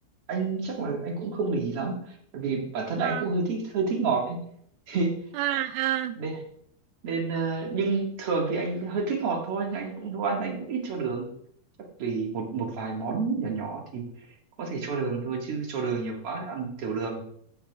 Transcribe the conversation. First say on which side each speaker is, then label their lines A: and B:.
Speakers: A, on the right; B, on the right.
A: anh chắc là anh cũng không để ý lắm Bởi vì bản thân anh
B: À
A: cũng hơi thích hơi thích ngọt đấy <laughs>
B: à à
A: nên, nên ờ, nhưng thường thì anh hơi thích ngọt thôi nhưng anh cũng nấu ăn anh cũng ít cho đường chắc vì một một vài món nhỏ nhỏ thì có thể cho đường thôi chứ cho đường nhiều quá ăn tiểu đường